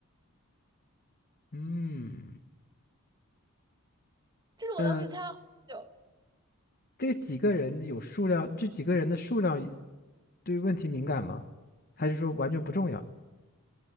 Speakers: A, on the left (about 40°); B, on the right (about 20°).
A: 嗯，
B: 这是我当时猜了好久，
A: 呃，这几个人有数量，这几个人的数量对问题敏感吗？还是说完全不重要？